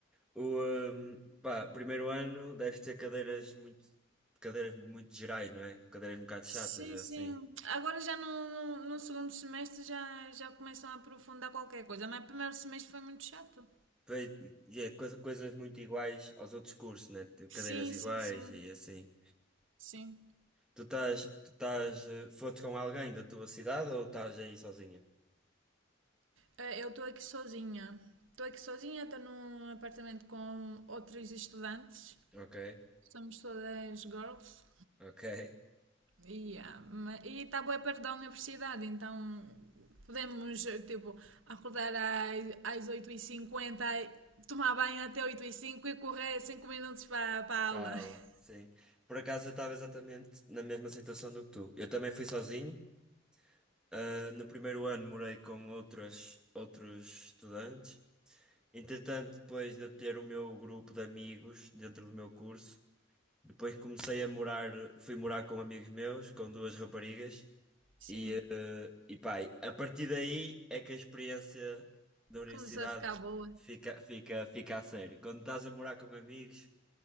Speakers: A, in the centre; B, on the right.
A: o, hum, pá, primeiro ano deve ter cadeiras muito, cadeiras muito gerais, não é? Cadeiras um bocado chatas,
B: Sim,
A: assim.
B: sim. Agora já no, no, no segundo semestre já, já começam a aprofundar qualquer coisa, mas o primeiro semestre foi muito chato.
A: Pois, E é coisa, coisas muito iguais aos outros cursos, né? Tipo, Cadeiras
B: Sim,
A: iguais
B: sim, sim.
A: e assim.
B: Sim.
A: Tu estás, tu estás, eh, foste com alguém da tua cidade ou estás aí sozinha?
B: Eh, Eu estou aqui sozinha. Estou aqui sozinha, estou num apartamento com outros estudantes.
A: Ok,
B: Somos todas girls.
A: ok.
B: Yeah, ma- E está bué perto da universidade, então podemos tipo, acordar ai- às oito e cinquenta tomar banho até oito e cinco e correr cinco minutos para
A: <laughs>
B: a
A: Fala,
B: aula. <laughs>
A: sim. Por acaso eu estava exatamente na mesma situação do que tu. Eu também fui sozinho. Ah, no primeiro ano morei com outras, outros estudantes. Entretanto, depois de eu ter o meu grupo de amigos dentro do meu curso, depois comecei a morar, fui morar com amigos meus, com duas raparigas.
B: Sim,
A: E, eh, e pá, a partir daí é que a experiência da universidade
B: começou a ficar boa.
A: fica, fica, fica a sério. Quando estás a morar com amigos,